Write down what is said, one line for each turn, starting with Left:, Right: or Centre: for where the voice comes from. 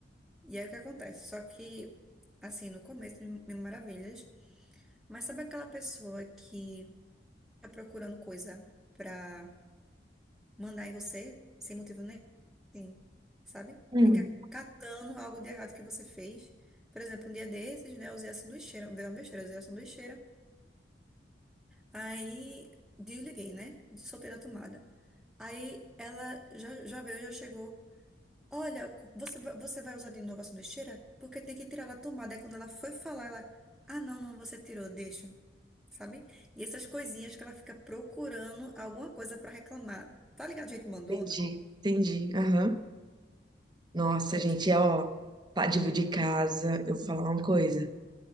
Centre: E aí o que acontece? Só que, assim, no começo, mil mil maravilhas. Mas sabe aquela pessoa que tá procurando coisa pra mandar em você sem motivo nenhum, assim, sabe?
Right: Hum.
Centre: Fica catando algo de errado que você fez. Por exemplo, um dia desses, né, eu usei a sanduicheira, veio uma besteira, eu usei a sanduicheira. Aí desliguei, né? Soltei da tomada. Aí ela já, já veio, já chegou. Olha, cu- você, va- você vai usar de novo a sanduicheira? Porque tem que tirar da tomada. Aí quando ela foi falar, ela. Ah, não, não, você tirou, deixa. Sabe? E essas coisinhas que ela fica procurando alguma coisa pra reclamar. Tá ligado, gente mandona?
Right: Entendi, entendi. Aham. Nossa,
Centre: Pronto.
Right: gente, é ó, pra dividir casa, eu vou falar uma coisa.